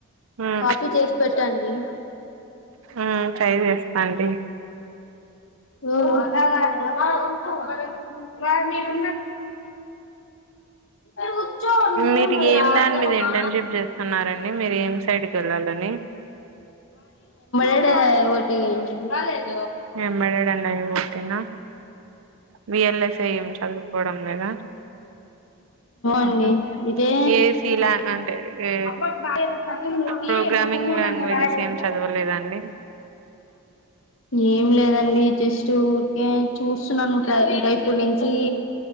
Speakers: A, on the right; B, on the left.
A: ఉమ్
B: కాపీ చేసి పెట్టండి
A: ఉమ్ ట్రై చేస్తాండి
B: ఓహో ఒకవేళ మీరు ఏయ్ నుంచో నువ్వేమి
A: మీరు ఏం
B: ఆడుతావా
A: దాని మీద ఇంటర్న్షిప్ చేస్తున్నారండి మీరు ఏం సైడ్కి వెళ్ళాలని
B: ఇప్పుడు అది <inaudible>
A: <unintelligible> హైదరాబాద్ కా ఆ మీ అన్న సేమ్ చదువుకోవడం లేదా
B: ండి
A: ఉహు
B: ఇదే
A: ఏసీ లా అంటే ఏ
B: అబ్బా <unintelligible>
A: ప్రోగ్రామింగ్ లాంగ్వేజెస్ ఏం చదవలేదండి
B: ఏం లేదండి జస్ట్ ఊరికే చూస్తున్నాను ఇంకా ఇప్పుడు నుంచి